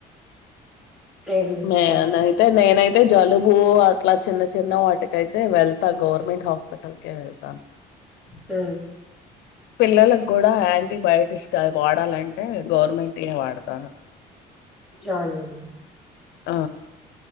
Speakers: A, in the centre; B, on the left (about 80°).
A: ఏం చేస్తాం
B: మేన్ అయితే నేనైతే జలుబు అట్లా చిన్న చిన్న వాటికైతే వెళ్తా గవనమెంట్ హాస్పిటల్ కే వెళ్తా
A: అ
B: పిల్లలకు కూడా యాంటీబయోటిక్ స్ ఇస్తా వాడాలంటే గవర్నమెంట్ ఏ వాడతాను.
A: చాల్లేడి
B: ఆ